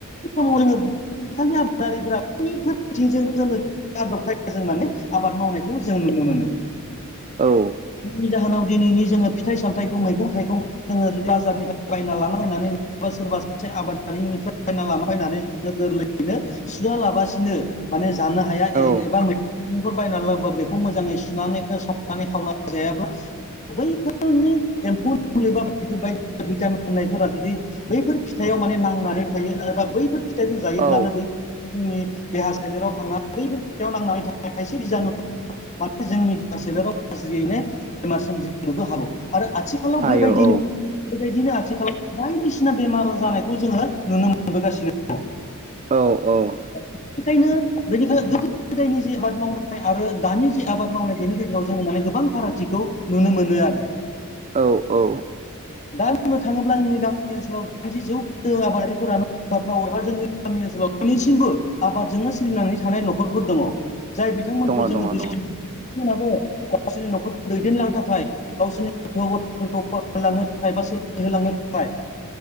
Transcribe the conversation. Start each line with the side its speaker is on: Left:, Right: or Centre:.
Left: आथिखालाव जोंङो आबादारिफ्रा <unintelligible> <unintelligible> आदब खायदाजों माने आबाद मावनायखौ जों नुनो मोनो।
Right: औ
Left: नि जाहोनाव दिनैनि जोङो फिथाइ सामथाइखौ मैगं थाइगं जोङो जुदि बाजारनिफाय बायना लाना फैनानै नोङाबा सोरबा सासे आबादारिनिफ्राय फायना लाना फैनानै गोरलैयैनो सुवा लाबासिनो माने जानो हाया
Right: औ
Left: ए एबा मै गंखौ बायना लाबोबा बेखौ मोजाङै सुनानै संनानै खावना जायाब्ला बैफोरनि एम्फौ मुलि बा बायदि बायदि भिटामिन होननायफोरा जुदि बैफोर फिथायाव माने नांनानै थायो एबा बैफोर फिथाइखौ जायोब्लानो
Right: औ
Left: बै जोंनि देहा सोलेराव नांनानै बैफोरायाव नांनानै थानाय थायसे बिजानुखौ माने जोंनि सोलेराव गाज्रियैनो बेमार सोमजिनोबो हागौ आरो आथिखालाव
Right: हायो
Left: बेबायदिनो
Right: औ
Left: बेबायदिनो आथिखालाव बायदिसिना बेमार जानायखौ जोङो नुनो मोनबोगासिनो दं
Right: औ औ
Left: बेनिखायनो बेनिफ्राय गोदो गोदायनि जि आबाद मावनाय आरो दानि जि आबाद मावनाय बेनि गेजेराव जोङो माने गोबां फारागथिखौ नुनो मोनो आरो
Right: औ औ
Left: दा बुंनो थाङोब्ला जोंनि गामि ओनसोलाव दाइनजि जौखोन्दो आबादारि फोरानो आबाद मावो एबा जोंनि गामि ओनसोलाव दियैसिमबो आबादजोंनो सोलिनानै थानाय न'खरफोर दङ जाय बिथांमोनखौ
Right: दङ
Left: जोङो
Right: दङ
Left: <unintelligible> बिथांमोनाबो
Right: दङ
Left: गावसोरनि न'खरखौ दैदेनलांनो थाखाय गावसोरनि गथ' गथायफोरखौ फरायहोलांनो थाखाय बा सोलोंथाय होलांनो थाखाय